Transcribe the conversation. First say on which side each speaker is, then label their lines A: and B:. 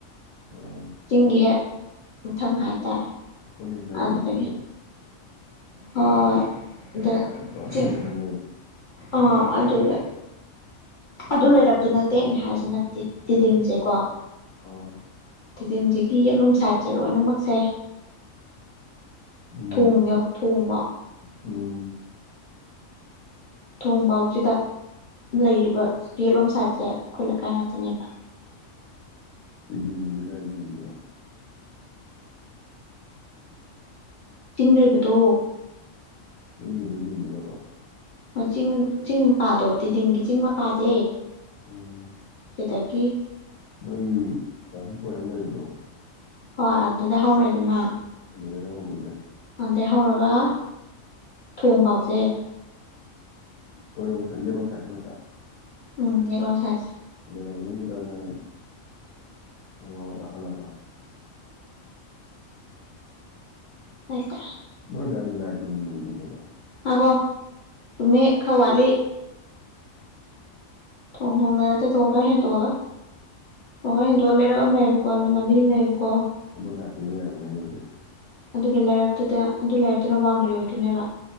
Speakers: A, on the left (about 80°); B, on the left (about 55°).
A: ꯑꯥ
B: ꯆꯤꯡꯒꯤ ꯍꯦꯛ ꯃꯊꯪ ꯍꯥꯏꯇꯥꯔꯦ
A: ꯑꯩꯈꯣꯅꯤ ꯆꯪꯕ
B: ꯑꯗꯨꯗꯒꯤ
A: ꯃꯐꯝꯗꯔꯣ
B: ꯍꯣꯏ ꯗ
A: ꯂꯥꯏꯔꯛꯇꯣ
B: ꯆꯤꯡ
A: ꯑꯃ ꯂꯩꯕ
B: ꯑꯥ ꯑꯗꯨꯗ ꯑꯗꯨ ꯂꯩꯔꯛꯇꯨ ꯅꯠꯇꯦ ꯑꯩꯅ ꯍꯥꯏꯔꯤꯁꯤꯅ ꯇꯤꯗꯤꯝꯁꯦ ꯀꯣ
A: ꯑꯥ
B: ꯇꯤꯗꯤꯝꯁꯤꯒꯤ ꯌꯦꯠꯂꯣꯝ ꯁꯥꯏꯠꯁꯦ ꯂꯣꯏꯅꯃꯛ ꯁꯦ
A: ꯎꯝ
B: ꯊꯣꯡꯌꯧ ꯊꯣꯡꯕ
A: ꯎꯝ
B: ꯊꯣꯡꯕꯥꯥꯎꯁꯤꯗ ꯂꯩꯔꯤꯕ ꯌꯦꯠꯂꯣꯝ ꯁꯥꯏꯠꯁꯦ ꯈꯣꯏ ꯂꯩꯀꯥꯏ ꯉꯥꯛꯇꯅꯦꯕ
A: ꯇꯤꯗꯤꯝꯗꯤ ꯀꯥꯏꯗꯩ ꯆꯤꯡꯗꯨꯏꯕ
B: ꯆꯤꯡ ꯂꯩꯕꯗꯣ
A: <unintelligible>
B: ꯃꯆꯤꯡꯅꯨ ꯆꯤꯡ ꯃꯄꯥꯗꯣ ꯇꯤꯗꯤꯝꯒꯤ ꯆꯤꯡ ꯃꯄꯥꯁꯦ
A: ꯎꯝ
B: ꯑꯗꯒꯤ
A: ꯅꯣꯏꯒꯤ ꯇ꯭ꯔꯥꯐꯤꯛ ꯄꯣꯏꯟ ꯑꯃ ꯂꯩꯕꯗꯣ
B: ꯑ ꯑꯗꯨꯗ ꯍꯧꯔꯦꯗꯅ
A: ꯑꯗꯩꯔꯣ ꯍꯧꯗꯣꯏꯁꯦ
B: ꯑꯗꯩ ꯍꯧꯔꯒ ꯊꯣꯡ ꯐꯥꯎꯁꯦ
A: ꯑꯣꯏꯔꯣꯝ ꯁꯥꯏ ꯌꯦꯠꯂꯣꯝ ꯁꯥꯏꯠꯁꯦ ꯈꯛꯇ
B: ꯎꯝ ꯌꯦꯠꯂꯣꯝ ꯁꯥꯏꯠꯁꯦ
A: ꯂꯩꯔꯝꯒꯤꯅꯨꯗ ꯅꯪ <unintelligible> ꯀꯥꯈꯠꯂꯒ
B: <unintelligible>
A: ꯅꯣꯏ ꯗꯥꯏꯗꯗꯤ ꯂꯥꯏ <unintelligible>
B: ꯉꯥꯏꯈꯣ ꯆꯨꯝꯃꯤ ꯈꯔ ꯋꯥꯠꯂꯤ ꯊꯣꯡ ꯊꯣꯡꯗ ꯅꯠꯇꯦ ꯊꯣꯡ ꯈꯔ ꯍꯦꯟꯇꯣꯛꯑꯒ ꯊꯣꯡ ꯈꯔ ꯍꯦꯟꯗꯣꯛꯑꯒ ꯂꯩꯔꯛ ꯑꯃ ꯂꯩꯌꯦꯕ ꯀꯣ ꯂꯝ ꯂꯝꯕꯤ ꯑꯃ ꯂꯩꯌꯦꯕꯀꯣ
A: ꯑꯗꯨ ꯂꯥꯛꯄꯤꯕ <unintelligible> ꯑꯗꯨꯗꯤ
B: ꯑꯗꯨꯒꯤ ꯂꯩꯔꯛꯇꯨꯗ ꯑꯗꯨ ꯂꯩꯔꯤꯛꯇꯨꯅ ꯕꯥꯎꯟꯗꯔꯤ ꯑꯣꯏꯗꯣꯏꯅꯦꯕ